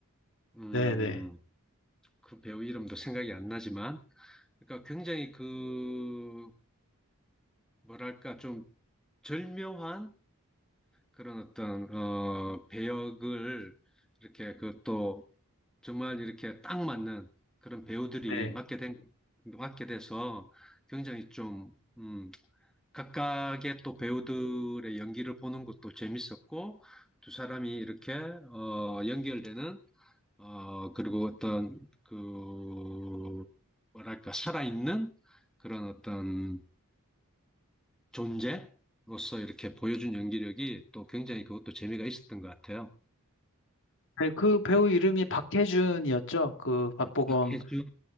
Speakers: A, in the centre; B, on the left.
A: 음,
B: 네네.
A: 그 배우 이름도 생각이 안 나지만, 그러니까 굉장히 그, 뭐랄까, 좀 절묘한 그런 어떤, 어, 배역을 이렇게 그 또 정말 이렇게 딱 맞는 그런 배우들이
B: 네.
A: 맡게 된, 맡게 돼서 굉장히 좀, 음, 각각의 또 배우들의 연기를 보는 것도 재밌었고, 두 사람이 이렇게, 어, 연결되는 어, 그리고 어떤, 그, 뭐랄까, 살아있는 그런 어떤 존재로서 이렇게 보여준 연기력이 또 굉장히 그것도 재미가 있었던 것 같아요.
B: 네, 그 배우 이름이 박해준이었죠. 그 박보검,
A: 박해준,